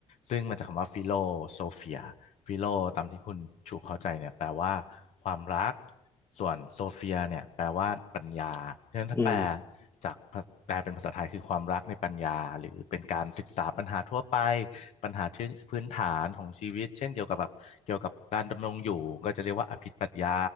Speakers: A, on the left; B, on the left.
A: ซึ่งมาจากคำว่า philosophia ฟิโลตามที่คุณชูเข้าใจเนี่ยแปลว่าความรักส่วนโซเฟียเนี่ยแปลว่าปัญญาเพราะฉะนั้นถ้าแปล
B: อืม
A: จากแปลเป็นภาษาไทยคือความรักในปัญญาหรือเป็นการศึกษาปัญหาทั่วไปปัญหาที่พื้นฐานของชีวิตเช่นเกี่ยวกับแบบเกี่ยวกับการดำรงอยู่ก็จะเรียกว่าอภิปรัชญา